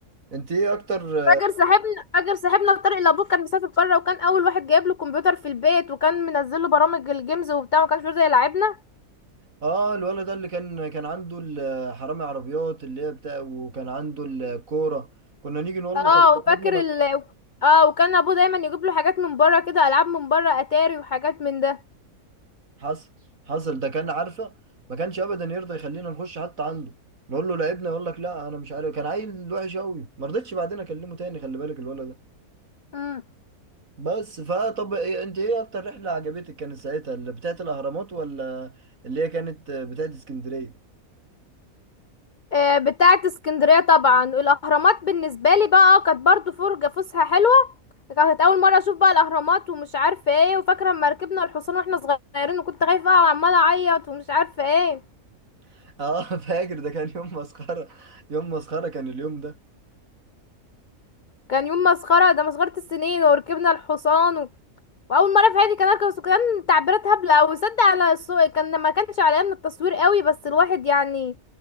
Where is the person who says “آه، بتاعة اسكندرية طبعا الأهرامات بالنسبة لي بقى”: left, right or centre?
Left